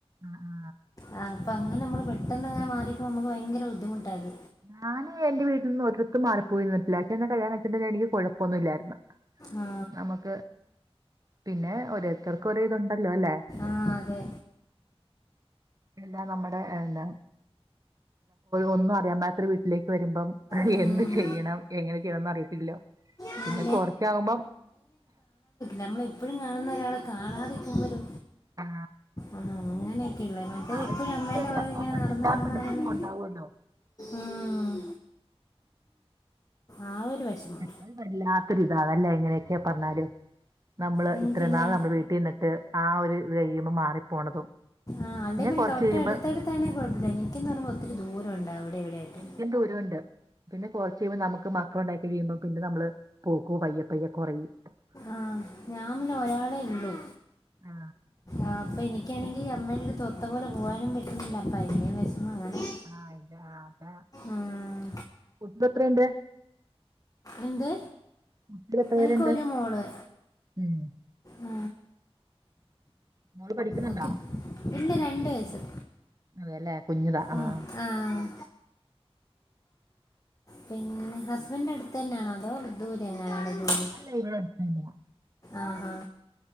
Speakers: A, on the right; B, on the left.
A: ആഹ് ആഹ്
B: ആഹ് അപ്പൊ അങ്ങനെ നമ്മള് പെട്ടെന്ന് അങ്ങനെ മാറി നിക്കുമ്പം നമുക്ക് ഭയങ്കര ബുദ്ധിമുട്ടാത്
A: ഞാന് എന്റെ വീട്ടിൽ നിന്ന് ഒരിടത്തും മാറി പോയി നിന്നിട്ടില്ല പക്ഷെ എന്നെ കഴിച്ചോണ്ട് എനിക്ക് കൊഴപ്പൊന്നുംല്ലായിരുന്നു
B: ആ
A: നമുക്ക് പിന്നെ ഒരോരുത്തർക്ക് ഒരോ ഇതുണ്ടല്ലോ അല്ലെ
B: ആഹ് അതെ
A: അല്ലാ നമ്മുടെ എന്താ ഒന്നും അറിയാൻ പാടില്ലാത്ത വീട്ടിലേക്ക് വരുമ്പം
B: ഉം.
A: എന്ത് ചെയ്യണം എങ്ങനെ ചെയ്യണംന്ന് അറിയത്തില്ല
B: ഉം,
A: പിന്നെ കൊറച്ചാകുമ്പം
B: നമ്മള് എപ്പോഴും കാണുന്ന ഒരാളെ കാണാതിരിക്കുമ്പൊരു
A: ആ
B: അഹ് അങ്ങനെ ത്തെ മറ്റെ
A: ആ
B: എപ്പഴും
A: ഒരു ബുദ്ധിമുട്ട്
B: അമ്മേന്റെ പുറകേ
A: സ്വാഭാവികമായിട്ട്
B: ഇങ്ങനെ നടന്ന്
A: എല്ലാ
B: നടന്ന്
A: പെണ്ണുങ്ങൾക്കും
B: നടന്ന്
A: ഉണ്ടാവുമല്ലോ
B: ഉം ആ ഒരു വെഷമം
A: അത് വല്ലാത്തൊരിതാല്ലേ അതല്ല എങ്ങനെയൊക്കെ പറഞ്ഞാലു. നമ്മള്
B: ഉം,
A: ഇത്രയും
B: പിന്നെ
A: നാള് നമ്മള് വീട്ടിൽ നിന്നിട്ട് ആ ഒരു ഇത് കയ്യുമ്പം മാറിപ്പോണതും
B: ആഹ് അല്ലേ പിന്നെ
A: കുറച്ച്
B: തൊട്ടടുത്തടുത്താണങ്കിൽ
A: കഴിയുമ്പോ
B: കൊഴപ്പല്ല എനിക്കന്ന് പറയുമ്പോ ഒത്തിരി ദൂരണ്ട് അവിടെ ഇവിടെയായിട്ട്
A: നിക്കും ദൂരണ്ട് പിന്നെ കൊറച്ച് കഴിയുമ്പം നമുക്ക് മ മക്കള് ഇണ്ടായി കയ്യിമ്പോൾ പിന്നെ നമ്മള് പോക്കും പയ്യപ്പയ്യ കൊറയും
B: ആഹ് ഞാൻപിന്നെ ഒരാളെ ഉള്ളൂ
A: ആ
B: ആഹ് അപ്പൊ എനിക്കാണെങ്കിൽ അമ്മയുടെടുത്ത് ഒത്ത പോലെ പോവാനും പറ്റുന്നില്ല അപ്പം അതിൻ്റെ ഒരു വിഷമം അങ്ങനെ
A: ആഹ് ഇത് അതെ
B: ഉം.
A: കുട്ട്യേൾ എത്രണ്ട്
B: എന്ത്
A: മക്കള് എത്ര പേരുണ്ട്
B: എനിക്കൊരു മോള്
A: ഉം
B: ആ,
A: മോള് പഠിക്കുന്നുണ്ടാ
B: ഓക്കെ ഇല്ല രണ്ട് വയസ്സ്
A: അതെല്ലേ കുഞ്ഞിതാ ആഹ്
B: ഉം ആഹ് പിന്നെ ഹസ്ബൻന്റ് അടുത്ത്ന്നാണോ അതോ ദൂരെ എങ്ങാനുവാണോ ജോലി
A: ഇല്ല ഇവിടെ അടുത്തന്നെയാ
B: ആഹാ